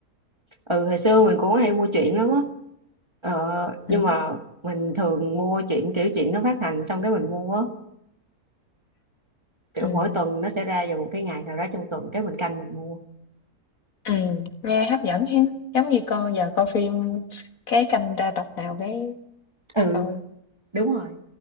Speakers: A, on the right; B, on the left.
A: ừ hồi xưa mình cũng hay mua truyện lắm á ờ,
B: ừm,
A: nhưng mà mình thường mua truyện kiểu truyện nó phát hành xong cái mình mua á kiểu
B: ừm,
A: mỗi tuần nó sẽ ra vào một cái ngày nào đó trong tuần cái mình canh mình mua
B: ừm, nghe hấp dẫn hen, giống như coi giờ coi phim cái canh ra tập nào cái
A: ừ
B: coi.
A: đúng rồi